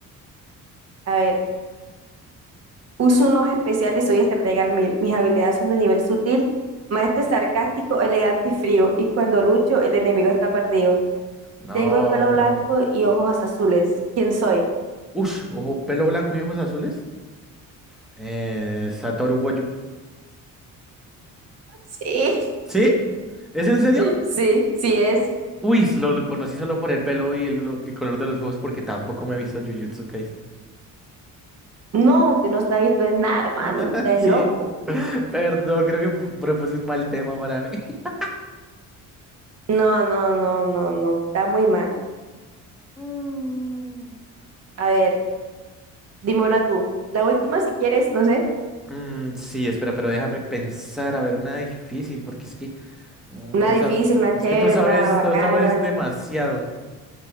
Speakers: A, on the right (about 50°); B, in the centre.
A: A ver, uso unos especiales y soy estratega al mil. Mis habilidades son de nivel sutil, maestro sarcástico, elegante y frío. Y cuando lucho, el enemigo está perdido.
B: No.
A: Tengo el pelo blanco y ojos azules. ¿Quién soy?
B: Ush, ojo, pelo blanco y ojos azules. Eh, Satoru Gojo.
A: Sí,
B: ¿Sí? ¿Es en serio?
A: <laughs> sí, sí es.
B: Uy, lo reconocí solo por el pelo y el, lo- el color de los ojos porque tampoco me he visto Jujutsu Kaisen.
A: No, usted no está visto en nada, hermano.
B: <laughs>
A: Usted
B: Sí,
A: es loco.
B: <laughs> perdón, creo que propuse un mal tema para mí. <laughs>
A: No, no, no, no, no. Está muy mal.
B: Mm.
A: A ver, dime una tú. La última, si quieres, no sé.
B: Mm, sí, espera, pero déjame pensar, a ver, una difícil, porque es que mm,
A: Una
B: tú,
A: difícil,
B: sa-
A: una chévere,
B: es que tú sabes,
A: una bacana.
B: tú sabes demasiado.